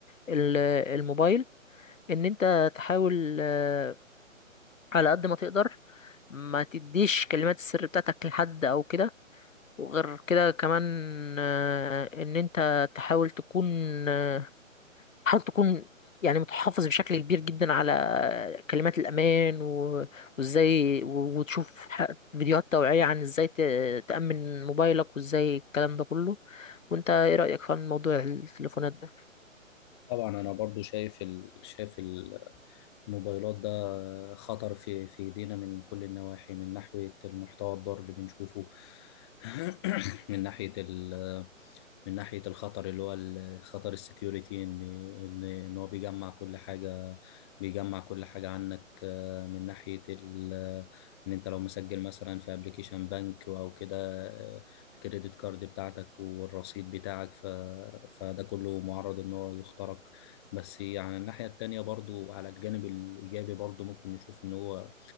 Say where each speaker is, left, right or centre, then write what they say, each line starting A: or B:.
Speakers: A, on the left; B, on the left.
A: ال- الموبايل ان انت تحاول آه، على قد ما تقدر ما تديش كلمات السر بتاعتك لحد او كده وغير كده كمان آه، ان انت تحاول تكون آه، تحاول تكون يعني متحفظ بشكل كبير جدا على كلمات الامان و- وازاي و- وتشوف ح- فيديوهات توعية عن ازاي ت- تأمن موبايلك وازاي الكلام ده كله وانت ايه رأيك في موضوع التليفونات ده
B: طبعا انا برضو شايف ال... شايف ال... الموبايلات ده خطر في في ايدينا من كل النواحي من ناحية المحتوى الضار اللي بنشوفه <coughs> <clears throat> من ناحية ال من ناحية الخطر اللي هو ال- خطر السكيورتي ان ان ان هو بيجمع كل حاجة بيجمع كل حاجة عنك آه، من ناحية ال ان انت لو مسجل مثلا في ابلكيشن بنك او كده آه، الكريدت كارد بتاعتك والرصيد بتاعك ف... فده كله معرض ان هو يخترق بس يعني الناحية التانية برضو على الجانب الإيجابي برضو ممكن نشوف إن هو